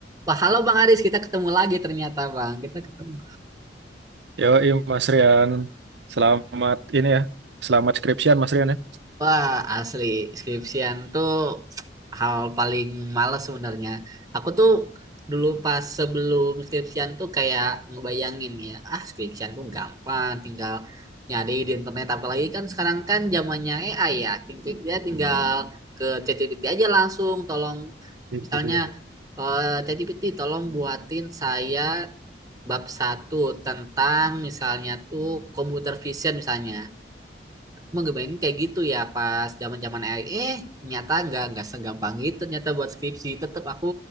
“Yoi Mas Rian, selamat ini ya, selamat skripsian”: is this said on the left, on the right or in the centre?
Right